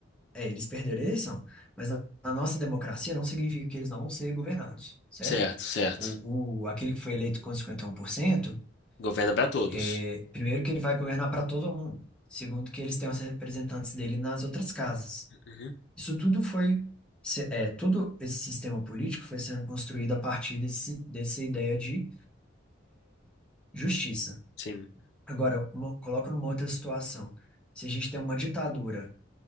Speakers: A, in the centre; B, on the left.
A: é, eles perderam a eleição, mas na, na nossa democracia não significa que eles não vão ser governados, certo?
B: Certo, certo.
A: O, o, aquele que foi eleito com um 51%,
B: Governa para todos.
A: é, primeiro que ele vai governar para todo mundo. Segundo que eles têm os representantes dele nas outras casas.
B: Uhum,
A: Isso tudo foi, se- é, todo esse sistema político foi sendo construído a partir desse, dessa ideia de justiça.
B: Sim,
A: Agora, mo- coloco numa outra situação. Se a gente tem uma ditadura